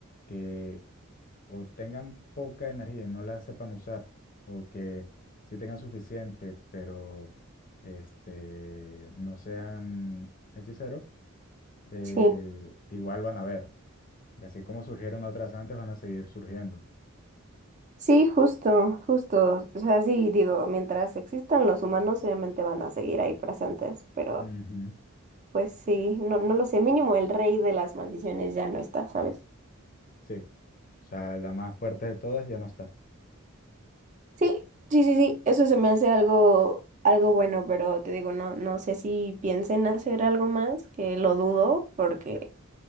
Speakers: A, on the left; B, on the right.
A: que o tengan poca energía y no la sepan usar, o que sí tengan suficiente, pero este, no sean hechiceros, eh,
B: Sí,
A: igual van a ver. Y así como surgieron otras antes, van a seguir surgiendo.
B: sí, justo, justo. O sea, sí, digo, mientras existan los humanos, obviamente van a seguir ahí presentes, pero
A: Ujú,
B: pues sí, no, no lo sé, mínimo el rey de las maldiciones ya no está, ¿sabes?
A: Sí. O sea, la más fuerte de todas ya no está.
B: Sí, sí, sí, sí, eso se me hace algo, algo bueno, pero te digo, no, no sé si piensen hacer algo más, que lo dudo, porque